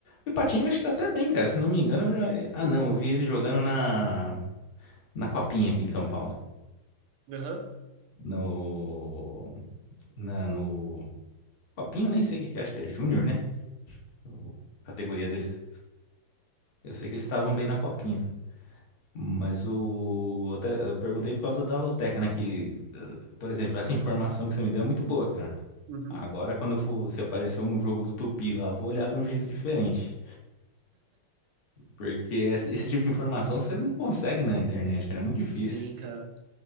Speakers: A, on the left; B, on the right.
A: O Patinho acho que tá até bem, cara, se não me engano. eu já- Ah, não, eu vi ele jogando na, na Copinha aqui de São Paulo.
B: Aham.
A: No. Na, no. Copinha, eu nem sei o que que é, acho que é Júnior, né? O- a Categoria deles. Eu sei que eles estavam bem na Copinha. Mas o. Eu, até- eu perguntei por causa da Loteca, né? Que, eh, por exemplo, essa informação que você me deu é muito boa, cara.
B: Uhum.
A: Agora, quando eu for, se aparecer um jogo do Tupi lá, eu vou olhar de um jeito diferente. Porque essa- esse tipo de informação você não consegue na internet, cara. É muito difícil.
B: Sim, cara.